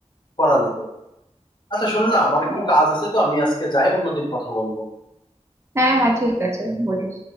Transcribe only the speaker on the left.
করা যেত আচ্ছা শোন না আমার একটু
কাজ আছে তো আমি আজকে যাই অন্যদিন কথা বলবো